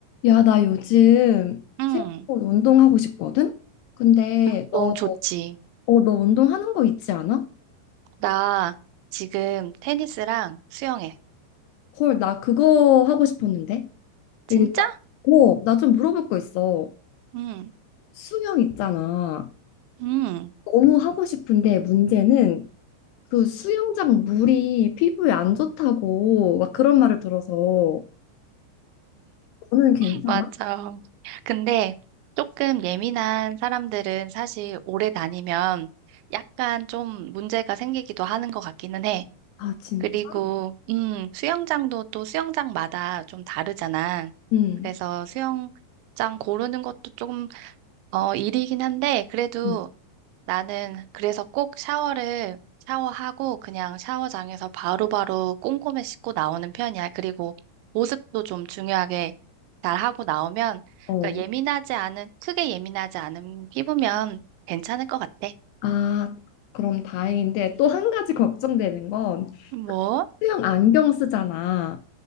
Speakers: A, on the left; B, on the right.
A: 야, 나 요즘
B: 응,
A: 새로 운동하고 싶거든? 근데
B: 운동
A: 너,
B: 좋지.
A: 어, 너 운동하는 거 있지 않아?
B: 나 지금 테니스랑 수영해.
A: 헐, 나 그거 하고 싶었는데.
B: 진짜?
A: 일단, 어, 나 좀 물어볼 거 있어.
B: 응,
A: 수영 있잖아.
B: 응,
A: 너무 하고 싶은데 문제는 그 수영장 물이 피부에 안 좋다고 막 그런 말을 들어서 너는 괜찮아?
B: <laughs> 맞아. 근데 조금 예민한 사람들은 사실 오래 다니면 약간 좀 문제가 생기기도 하는 것 같기는 해.
A: 아, 진짜?
B: 그리고, 음, 수영장도 또 수영장마다 좀 다르잖아.
A: 응.
B: 그래서 수영장 고르는 것도 조금, 어, 일이긴 한데, 그래도
A: 응.
B: 나는 그래서 꼭 샤워를 샤워하고 그냥 샤워장에서 바로바로 꼼꼼히 씻고 나오는 편이야. 그리고 보습도 좀 중요하게 잘 하고 나오면
A: 어.
B: 그러니까 예민하지 않은 크게 예민하지 않은 피부면 괜찮을 것 같아.
A: 아, 그럼 다행인데 또 한 가지 걱정되는 건
B: 뭐?
A: 수영 안경 쓰잖아.